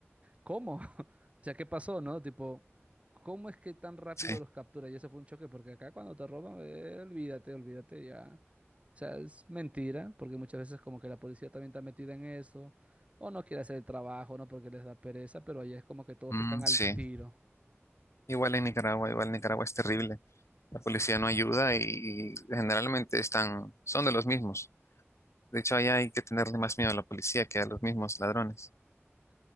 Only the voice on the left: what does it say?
sí,
Mm,
sí.
Igual en Nicaragua, igual en Nicaragua es terrible. La policía no ayuda y, y generalmente están, son de los mismos. De hecho, allá hay que tenerle más miedo a la policía que a los mismos ladrones.